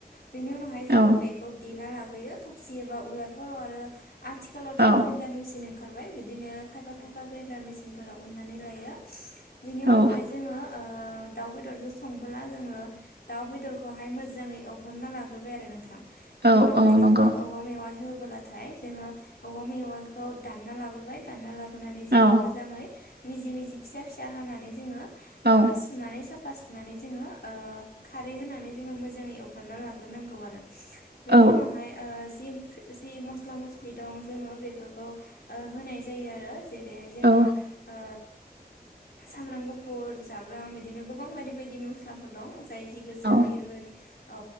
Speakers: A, on the left; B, on the right.
A: बिनि उनावहाय जोङो
B: औ
A: बेखौ देना ला यो थबसि एबा उलारफोराव आरो आथिखालावथ'
B: औ
A: ग्रेण्डार मेसिन ओंखारबाय बिदिनो खायफा खायफा ग्रेण्डार मेसिनफोराव उननानै लायो बिनि
B: औ
A: उनावहाय जोङो
B: <inaudible>
A: ओ दाउ बेदरजों संबोला जोङो दाउ बेदरखौहाय मोजाङै एवफ्रामना लाग्रोबाय आरो नोंथां। बेनि
B: औ
A: उनावहाय
B: औ नंगौ
A: जोङो औवा मेवा होबोलाथाय जोङो औवा मेवाइखौ दानना लाबोबाय दानना लाबोनानै जोङो
B: औ
A: मोजाङै मिजि मिजि फिसा फिसा हानानै जोङो ओ
B: औ
A: सुनानै साफ साफा सुनानै जोङो खारै होनानै जोङो मोजाङै एवफ्रामना लाग्रोनांगौ आरो। बेनि
B: औ
A: उनावहाय ओ जि जि मस्ला मस्लि दं जोङो बेफोरखौ ओ होनाय जायो आरो जेरैहाय जोङो
B: औ
A: ओ सामब्राम गुफुर जाब्रां बिदिनो गोबां बायदि बायदि मस्लाफोर दं। जाय जि गोसो
B: औ
A: होयो हो औ